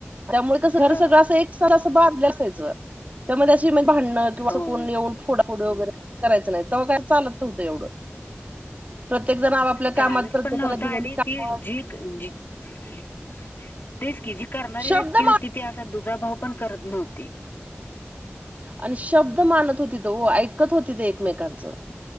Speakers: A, on the right; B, on the left.
A: त्यामुळे कसं
B: ह
A: घर सगळं असं एक साथ असं बाधल असायचं. त्या मध्ये अशी म भांडणं किंवा
B: होय
A: अस कोण येऊन फोडाफुड वगैरे करायचं नाही, तवा काय चालत नव्हत एवढं. प्रत्येक जण आपआपल्या
B: चालत
A: कामात प्रत्येकाला
B: पण नव्हतं
A: दिलेली
B: आणि
A: कामं
B: ती <unintelligible> तेच की, जी करणारी
A: शब्द
B: व्यक्ती होती
A: मान
B: ती अस दुजाभाव पण करत नव्हती.
A: आणि शब्द मानत होतीत वो. ऐक कत होती ते एकमेकांच,